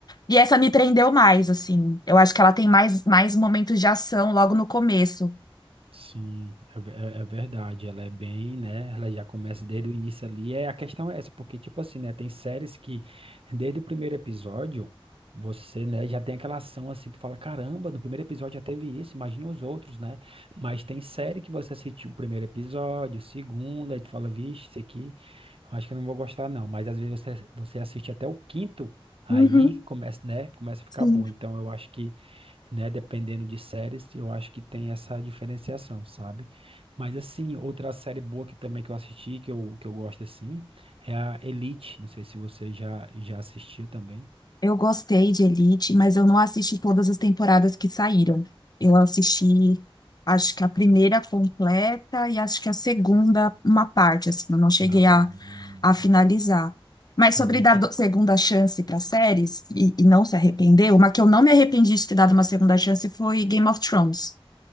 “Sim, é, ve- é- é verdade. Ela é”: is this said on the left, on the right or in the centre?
Right